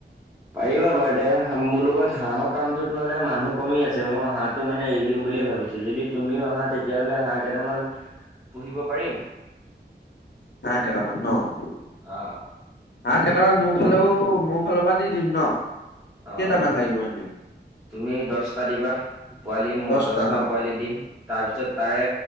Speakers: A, on the right; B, on the left.
A: পাৰিবা বাৰু দে মোৰ লগত হাঁহৰ কামটোত মানে মানুহ কমি আছে, মোৰ হাত ত' মানে এৰি দিম বুলি ভাবিছো, যদি তুমিও আহা তেতিয়াহ'লে হাঁহ কেইটামান পুহিব পাৰিম।
B: হাঁহ কেটামান ন'।
A: অ
B: হাঁহ কেইটামান মোৰ ফালেও মোৰ ফালৰ পৰা দি দিম ন'।
A: অ',
B: কেইটামান লাগিব এনেই?
A: তুমি দশটা দিবা। পোৱালিয়ে
B: দছটা
A: মই দশটা
B: ন?
A: পোৱালি দিম তাৰ পিছত তাৰে